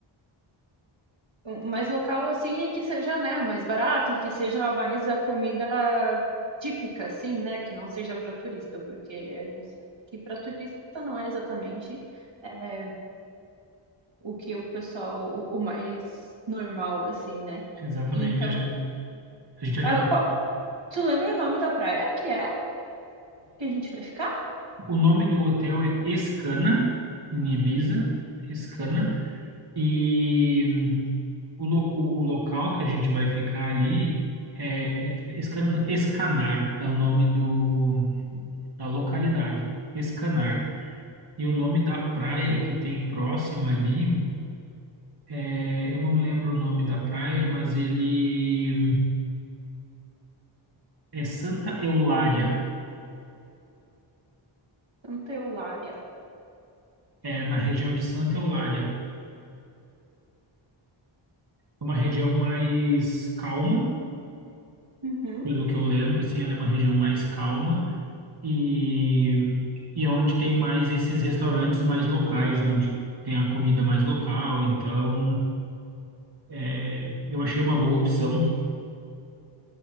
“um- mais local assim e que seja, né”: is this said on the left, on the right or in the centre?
Right